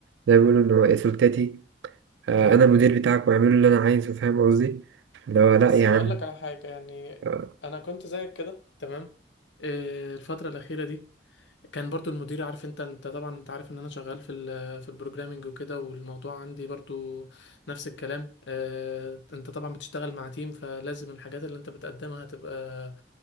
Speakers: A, on the right (about 80°); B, on the left (about 90°).
A: زي ما بيقولوا إن هو إيه سلطتي آه،
B: اه
A: انا المدير بتاعك واعمله اللي انا عايزه فاهم قصدي اللي هو لا
B: بس
A: يا
B: هقول
A: عم
B: لك على حاجة يعني
A: آه،
B: انا كنت زيك كده تمام إيه الفترة الأخيرة دي كان برضو المدير عارف انت انت طبعا انت عارف ان انا شغال في ال في البروجرامينج وكده والموضوع عندي برضو نفس الكلام إيه انت طبعا بتشتغل مع تيم فلازم الحاجات اللي انت بتقدمها تبقى